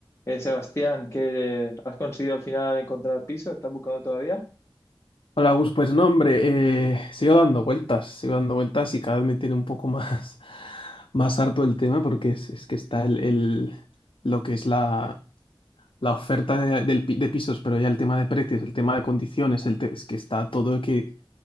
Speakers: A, on the left; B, on the left.
A: Eh, Sebastián, ¿qué eh, has conseguido al final encontrar piso? ¿Estás buscando todavía?
B: Hola Gus, pues no, hombre, eh, sigo dando vueltas, sigo dando vueltas y cada vez me tiene un poco más, <laughs> más harto el tema porque es, es que está el, el- lo que es la, la oferta de, del pi- de pisos, pero ya el tema de precios, el tema de condiciones, el te- es que está todo que,